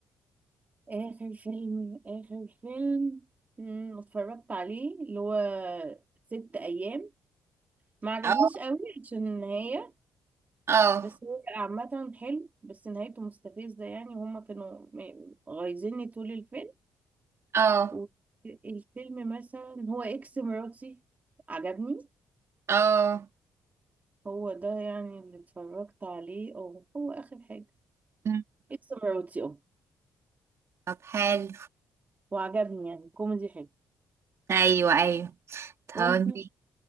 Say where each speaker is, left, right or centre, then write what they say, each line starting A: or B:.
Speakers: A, on the right; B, on the right.
A: آخر فيلم آخر فيلم مم، اتفرجت عليه اللي هو ست أيام ما عجبنيش
B: اه
A: قوي عشان النهاية
B: اه
A: بس هو عامة حلو بس نهايته مستفزة يعني هما كانوا م- غايزيني طول الفيلم
B: اه
A: والفيلم مثلا هو اكس مراتي عجبني
B: اه
A: هو ده يعني اللي اتفرجت عليه اه هو اخر حاجة
B: مم.
A: اكس مراتي اه
B: طب حلو
A: وعجبني يعني كوميدي حلو
B: ايوه ايوه طب
A: وانتي